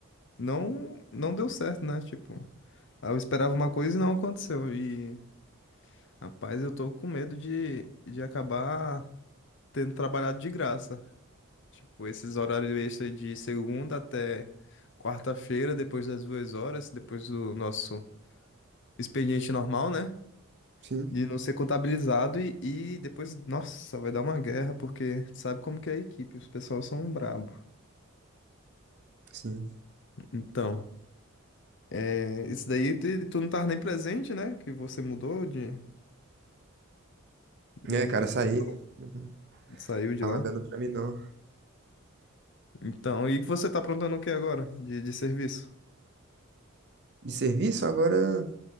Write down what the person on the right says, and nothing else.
Sim,
sim.
É, cara,
saí.
Não
Tava
dando pra mim, não.
De serviço, agora,